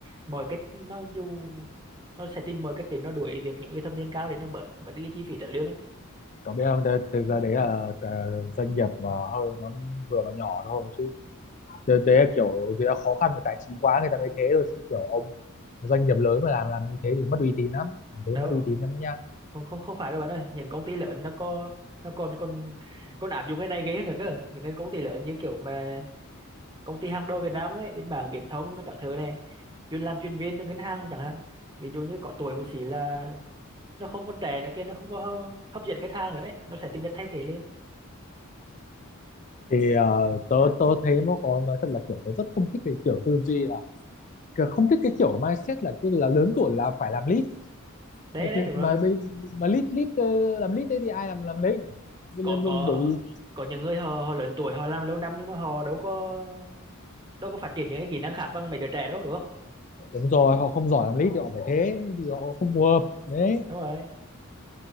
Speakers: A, on the right; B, on the left.
A: mọi cách nó dù nó sẽ tìm mọi cách để nó đuổi việc những người thâm niên cao để nó bớt bớt đi cái chi phí trả lương ấy
B: cậu biết không thế, thế ra đấy là cái doanh nghiệp mà hơi nó vừa và nhỏ thôi chứ thế, thế là kiểu người ta khó khăn về tài chính quá người ta mới thế thôi chứ kiểu ông doanh nghiệp lớn mà làm làm như thế thì mất uy tín lắm làm thế
A: đâu
B: mất uy tín lắm đó nha
A: không không không phải đâu bạn ơi những công ty lớn nó có nó còn còn còn áp dụng cái này ghê hơn nữa cơ những cái công ty lớn như kiểu mà công ty hàng đầu Việt Nam đấy bên mảng viễn thông các thứ này chuyên làm chuyên viên ngân hàng chẳng hạn ví dụ như có tuổi một xí là nó không còn trẻ nữa kia nó không có hấp dẫn khách hàng nữa đấy nó sẽ tìm cách thay thế lên
B: thì ờ, tớ tớ thấy nó có nói thật là kiểu tớ rất không thích cái kiểu tư duy là kiểu không thích cái kiểu mindset là cứ là lớn tuổi là phải làm lead
A: đấy
B: mà
A: đấy đúng
B: mà
A: rồi
B: bây- mà lead lead ờ, làm lead thế thì ai làm làm lead
A: có có
B: bởi vì
A: có những người họ họ lớn tuổi họ làm lâu năm nhưng mà họ đâu có đâu có phát triển những cái kỹ năng khác bằng mấy đứa trẻ đâu đúng không
B: đúng rồi họ không giỏi làm lead thì họ phải thế thì họ không
A: ừ,
B: phù hợp đấy
A: đúng rồi